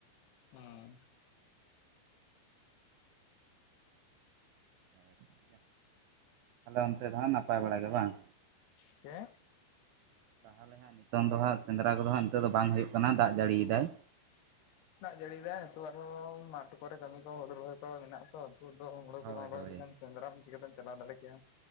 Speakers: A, on the left (about 70°); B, on the right (about 85°).
A: ᱦᱚᱸ
B: ᱟᱪᱪᱷᱟ ᱚᱱᱛᱮ ᱫᱚ ᱦᱟᱜ ᱱᱟᱯᱟᱭ ᱵᱟᱲ ᱜᱮ ᱵᱟᱝ
A: <unintelligible>
B: ᱛᱟᱦᱚᱞᱮ ᱦᱟᱸᱜ ᱱᱤᱛᱚᱝ ᱫᱚ ᱦᱟᱸᱜ ᱥᱮᱸᱫᱽᱨᱟ ᱠᱚ ᱫᱚ ᱦᱟᱸᱜ ᱱᱤᱛᱚᱜ ᱫᱚ ᱵᱟᱝ ᱦᱩᱭᱩᱜ ᱠᱟᱱᱟ ᱫᱟᱜ ᱡᱟᱹᱲᱤ ᱤᱫᱟᱭ
A: ᱫᱟᱜ ᱡᱟᱹᱲᱤ ᱮᱫᱟᱭ ᱱᱤᱛᱚᱜ ᱟᱨᱦᱚᱸ ᱢᱟᱴ ᱠᱚ ᱨᱮ ᱠᱟᱹᱢᱤ ᱠᱚ ᱦᱩᱲᱩ ᱨᱚᱦᱚᱭ ᱠᱚ ᱢᱮᱱᱟᱜ ᱠᱚ ᱛᱩᱫ ᱫᱚ ᱦᱳᱢᱲᱳ
B: ᱦᱳᱭ
A: ᱠᱚ ᱵᱟᱝ ᱨᱚᱦᱚᱭ
B: ᱦᱳᱭ
A: ᱞᱮᱠᱷᱟᱱ ᱥᱮᱸᱫᱽᱨᱟ ᱦᱚᱸ ᱟᱢ ᱪᱤᱠᱟᱹ ᱛᱮᱢ ᱪᱟᱞᱟᱣ ᱫᱟᱲᱮ ᱠᱮᱭᱟ